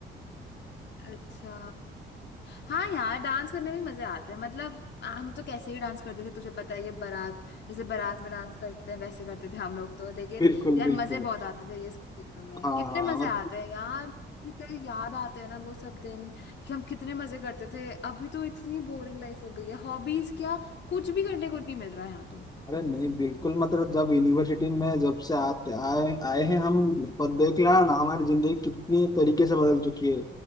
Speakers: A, on the left (about 60°); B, on the left (about 20°).
A: अच्छा हाँ यार डांस करने में मजे आते हैं मतलब हम तो कैसे ही डांस करते थे तुझे पता ही है बारात जैसे बारात में डांस करते हैं वैसे करते थे हम लोग तो लेकिन
B: बिल्कुल
A: यार
B: बिल्कुल
A: मजे बहुत आते थे ये सब चीजों में
B: हाँ
A: कितने मजे
B: मत
A: आते हैं यार जितने याद आते हैं ना वो सब दिन कि हम कितने मजे करते थे अभी तो इतनी बोरिंग लाइफ हो गई है हॉबीज क्या कुछ भी करने को नहीं मिल रहा है यहाँ
B: अरे नहीं बिल्कुल मतलब जब यूनिवर्सिटी में जब से आते आए आए हैं हम पर देख ला ना हमारी जिंदगी कितनी तरीके से बदल चुकी है